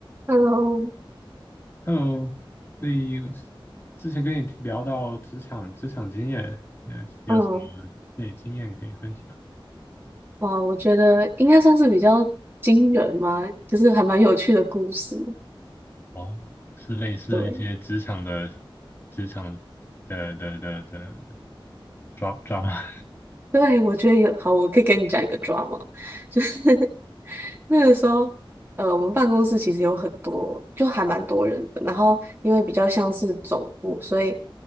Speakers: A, on the right (about 25°); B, on the left (about 25°).
A: Hello，
B: Hello，所以之前跟你聊到职场职场经验，嗯，你有什么对经验可以分享？
A: 嗯，哇，我觉得应该算是比较惊人嘛，就是还蛮有趣的故事。
B: 哦，是类似一些职场的
A: 对，
B: 职场的的的的抓抓吗？
A: 对，我觉得有，好，我可以跟你讲一个 drama，就是 <laughs> 那个时候，呃，我们办公室其实有很多，就还蛮多人的。然后因为比较像是总部，所以